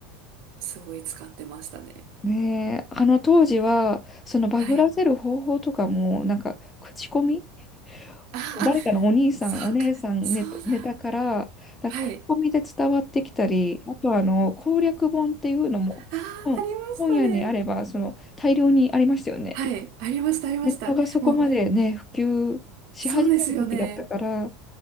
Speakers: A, on the right; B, on the left.
A: すごい使ってましたね。
B: ねえ、あの当時は、そのバグらせる方法とかも、
A: はい。
B: なんか、口コミ <laughs>
A: ああ、
B: そう誰かのお兄さん、
A: そっか、
B: お姉さんネタ、
A: そうだ。
B: ネタから、なんか口コミで伝わってきたり、
A: はい。
B: あとあの攻略本っていうのも、
A: ああ、
B: 本、
A: ありましたね。
B: 本屋にあればその大量にありましたよね。
A: はい。ありました、ありました。
B: ネットがそこまでね、
A: もう、
B: 普及し始める時だったから、
A: そうですよね。
B: あ